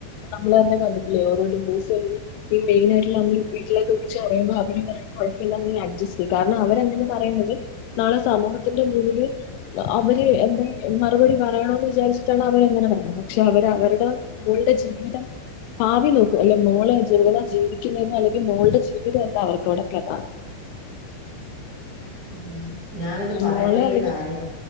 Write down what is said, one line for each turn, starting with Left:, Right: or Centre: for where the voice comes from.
Left: നമ്മള് ന്നെ കണ്ടിട്ടില്ലേ ഓരോ ഡിവോയ്സ് എഴുതി ഈ മെയിനായിട്ടുള്ള നമ്മള് വീട്ടിലേക്ക് വിളിച്ച് പറയുമ്പോൾ അവര് പറയും കോഴപ്പല്ല നീ അഡ്ജസ്റ്റ് ചെയ്യ് കാരണം അവരങ്ങനെ പറയുന്നത് നാളെ സമൂഹത്തിന്റെ മുന്നില് അവര് എന്തങ്കി മറുപടി പറയണോന്ന് വിചാരിച്ചിട്ടാണ് അവരങ്ങനെ പറയുന്നത് പക്ഷെ അവര് അവരുടെ മോളുടെ ജീവിതം ഭാവി നോക്കുക അല്ലെ മോളെ ജനുവിന ജീവിക്കുന്നന്ന് അല്ലെങ്കിൽ മോളുടെ ജീവിതം എല്ല അവർക്ക് അവിടെ പ്രധാനം
Right: ആ ഞാനത് പറയാൻ
Left: മോളെ
Right: വന്നൊരു
Left: അല്ലെങ്കിൽ
Right: കാര്യാ